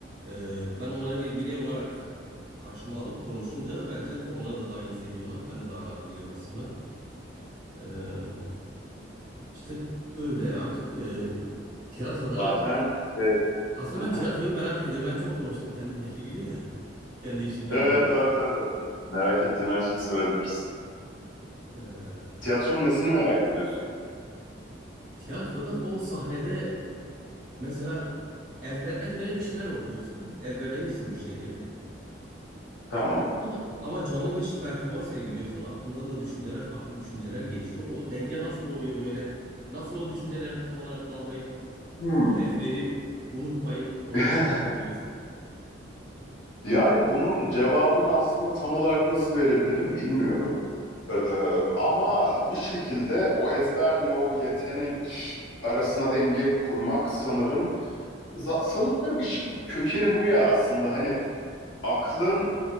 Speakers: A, on the right (about 45°); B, on the left (about 80°).
A: Ee, ben onları bir birey olarak karşıma alıp konuşunca bence onlar da daha iyi hissediyorlar. Ben de daha rahat ediyorum aslında. Ee, işte böyle artık e, tiyatroda
B: Zaten şey...
A: aslında
B: <laughs>
A: ben tiyatroyu merak ediyorum. Ben çok konuştum kendimle ilgili de. <laughs> Kendi işimle
B: Evet,
A: ilgili.
B: tabii tabii. Merak ettiğin her şeyi sorabilirsin.
A: Ee,
B: Tiyatronun nesini merak ediyorsun?
A: tiyatroda o sahnede mesela ezber, ezbere bir şeyler okuyorsun. Ezberlemişsin bir şeyleri.
B: Tamam.
A: Ama ama canlı bir performans sergiliyorsun. Aklından da düşünceler, farklı düşünceler geçiyor. O denge nasıl oluyor böyle? Nasıl o düşüncelere tam olarak dalmayıp
B: Hmm.
A: o ezberi unutmayıp ona
B: <laughs>
A: devam edebiliyorsun?
B: Yani bunun cevabını aslında tam olarak nasıl verebilirim bilmiyorum. Ee, ama bir şekilde o ezberle o yetenek arasına denge kurmak sanırım za- sanırım işin kökeni bu ya aslında. Hani aklın,